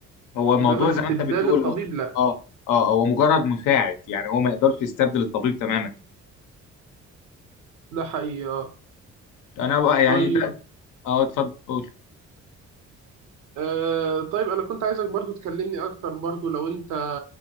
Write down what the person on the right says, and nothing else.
انما استبدال
الطبيب
لا
ده حقيقي آه.
طيب
آه طيب انا كنت عايزك برضو تكلمني اكتر برضو لو انت